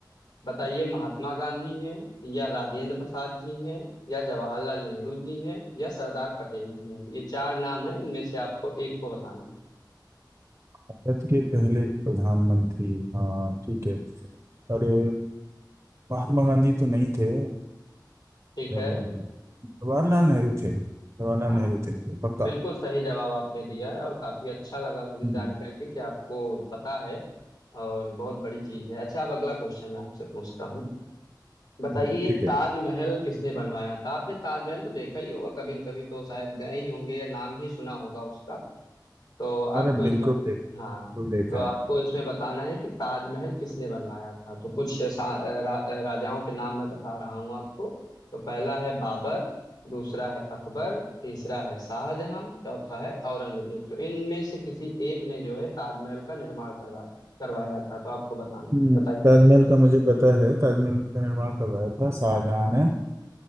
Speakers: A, on the left; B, on the right.
A: बताइए महात्मा गांधी हैं या राजेंद्र प्रसाद जी हैं या जवाहरलाल नेहरू जी हैं या सरदार पटेल जी हैं ये चार नाम हैं इनमें से आपको एक को बताना है
B: भारत के पहले प्रधानमंत्री हाँ ठीक है अरे महात्मा गांधी तो नहीं थे
A: ठीक
B: जवाहर-
A: है
B: जवाहरलाल नेहरू थे जवाहरलाल
A: हाँ
B: नेहरू थे पक्का
A: बिल्कुल सही जवाब आपने दिया है और काफी अच्छा लगा मुझे
B: हम्म,
A: जान करके कि आपको पता है और बहुत बड़ी चीज है अच्छा अब अगला क्वेश्चन मैं आपसे पूछता हूँ बताइए
B: हम्म, ठीक है
A: ताजमहल किसने बनवाया था आपने ताजमहल तो देखा ही होगा कभी न कभी तो शायद गए ही होंगे या नाम ही सुना होगा उसका तो आपको
B: अरे
A: इसमें
B: बिल्कुल देख
A: हाँ
B: बिल्कुल देखा
A: तो आपको
B: है
A: इसमें बताना है कि ताजमहल किसने बनवाया था तो कुछ सा, रा, राजाओं के नाम मैं बता रहा हूँ आपको तो पहला है बाबर दूसरा है अकबर तीसरा है शाहजहां चौथा है औरंगजेब तो इनमें से किसी एक ने जो है ताजमहल का निर्माण करवा करवाया था तो आपको बताना है
B: हम्म,
A: बताइए
B: ताजमहल का मुझे पता है ताजमहल का निर्माण करवाया था शाहजहां ने